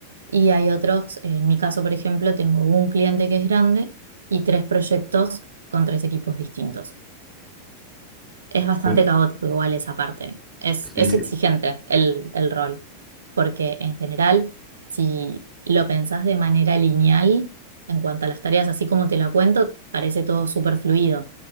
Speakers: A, on the right; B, in the centre.
A: Y hay otros, en mi caso, por ejemplo, tengo un cliente que es grande y tres proyectos con tres equipos distintos. Es bastante
B: Un-
A: caótico igual esa parte. Es, es
B: sí, sí.
A: exigente el, el rol, porque en general, si lo pensás de manera lineal, en cuanto a las tareas, así como te la cuento, parece todo súper fluido,